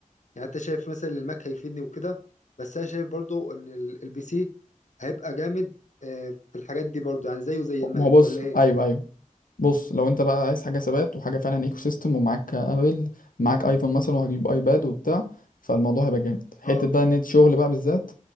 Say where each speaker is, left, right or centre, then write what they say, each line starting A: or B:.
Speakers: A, on the left; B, on the left.
A: يعني انت شايف مثلا إن الماك هيفيدني وكده بس انا شايف برضو ان ال- البي سي هيبقى جامد آه، في الحاجات دي برضو يعني زيه زي الماك
B: ما هو بص
A: ولا ايه
B: ايوه ايوه بص لو انت بقى عايز حاجه ثبات وحاجه فعلا ايكو سيستم ومعاك ابل معاك ايفون مثلا وهجيب ايباد وبتاع فالموضوع هيبقى جامد حته
A: اه
B: بقى نت شغل بقى بالذات